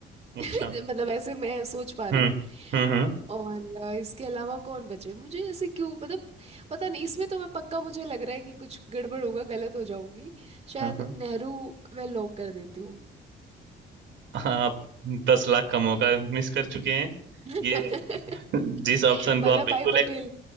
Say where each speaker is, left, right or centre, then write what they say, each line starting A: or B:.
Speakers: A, on the right (about 70°); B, on the right (about 30°).
A: अच्छा
B: <laughs> मतलब ऐसे मैं सोच पा रही
A: हम्म
B: हूँ
A: हम्म हम्म
B: और अ, इसके अलावा कौन बचे मुझे ऐसे क्यों मतलब पता नहीं इसमें तो मैं पक्का मुझे लग रहा है कि कुछ गड़बड़ होगा गलत हो जाऊंगी शायद
A: हम्म।
B: नेहरू मैं लॉक कर देती हूँ
A: आप दस लाख का मौका मिस कर चुके हैं
B: <laughs>
A: ये जिस ऑप्शन को
B: वल्लभ
A: आप बिल्कुल
B: भाई पटेल
A: ex-